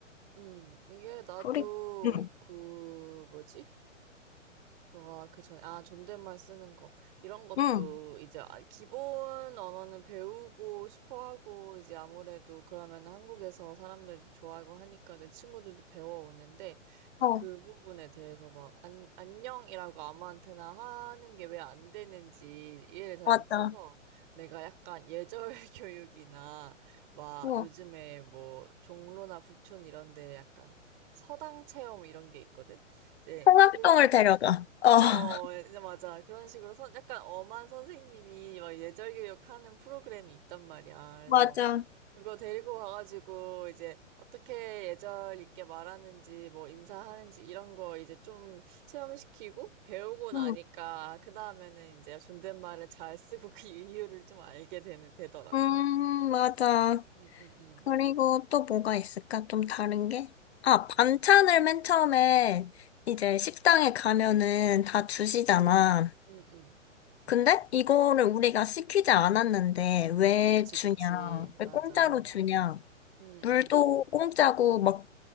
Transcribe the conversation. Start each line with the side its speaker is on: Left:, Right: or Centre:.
Right: 음, 이게 나도
Left: 그리, 응,
Right: 그, 뭐지? 너가 그 전에, 아, 존댓말 쓰는 거. 이런 것도
Left: 응,
Right: 이제 아- 기본 언어는 배우고 싶어 하고, 이제 아무래도 그러면 한국에서 사람들도 좋아하고 하니까 내 친구들도 배워오는데,
Left: 어,
Right: 그 부분에 대해서 막, 안, 안녕이라고 아무한테나 하는 게 왜 안 되는지 이해를 잘
Left: 맞아.
Right: 못해서, 내가 약간 예절 <laughs> 교육이나, 막
Left: 어,
Right: 요즘에 뭐, 종로나 북촌 이런 데 약간 서당 체험 이런 게 있거든? 이제
Left: 통합동을
Right: 그런
Left: 데려가. 어,
Right: 어,
Left: <laughs>
Right: 예, 이제 맞아. 그런 식으로 선, 약간 엄한 선생님이 막 예절 교육하는 프로그램이 있단 말이야. 그래서
Left: 맞아.
Right: 그거 데리고 가가지고 이제 어떻게 예절 있게 말하는지 뭐 인사하는지 이런 거 이제 좀 체험시키고 배우고 나니까
Left: 응,
Right: 그 다음에는 이제 존댓말을 잘 쓰고 그 이유를 좀 알게 되는, 되더라고.
Left: 음, 맞아.
Right: 응, 응, 응.
Left: 그리고 또 뭐가 있을까? 좀 다른 게? 아, 반찬을 맨 처음에 이제 식당에 가면은 다 주시잖아.
Right: 응, 응.
Left: 근데 이거를 우리가 시키지 않았는데 왜
Right: 그치,
Left: 주냐?
Right: 그치.
Left: 왜
Right: 맞아.
Left: 공짜로 주냐?
Right: 응,
Left: 물도
Right: 응.
Left: 공짜고 막,